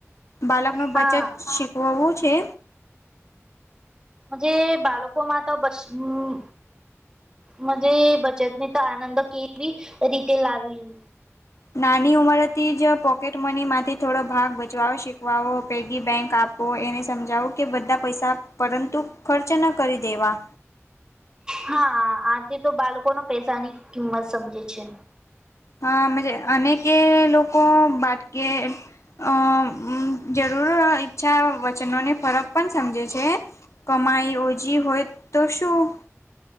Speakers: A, on the left; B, on the right.
A: બાલક નું
B: હા
A: બચત શીખવવું છે
B: જે બાળકો માં તો બસ હમ. મજે બચત નીતો આનંદ કેવી રીતે લવી.
A: નાની ઉંમરથી જ પોકેટ મની માંથી થોડો ભાગ બચ વાવો શીખવાવો પૈગી બેંક આપો. તો એને સમજાવું કે બધા પૈસા પરંતુ ખર્ચા ન કરી દેવા.
B: હા આથી તો બાળકો ને પૈસાની કિંમત સમજે છે.
A: હાજ આમ જે અને કે લોકો બાટકે. અ જરૂર ઈચ્છા વચનોને ફરક પણ સમજે છે. કમાઈ ઓછી હોય તો શું.